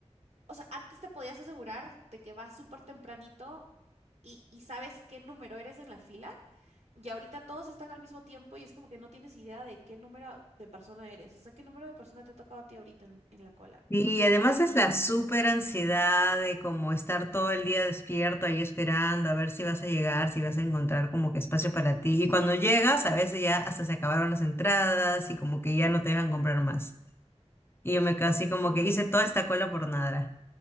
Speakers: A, on the right; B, on the left.
A: o sea, antes te podías asegurar de que vas súper tempranito y, y sabes qué número eres en la fila, y ahorita todos están al mismo tiempo y es como que no tienes idea de qué número de persona eres, o sea, qué número de persona te ha tocado a ti ahorita en, en la cola.
B: Y además es la súper ansiedad de como estar todo el día despierto ahí esperando a ver si vas a llegar, si vas a encontrar como que espacio para ti. Y cuando llegas, a veces ya hasta se acabaron las entradas y como que ya no te dejan comprar más. Y yo me quedo así como
A: Ajá.
B: que hice toda esta cola por nada.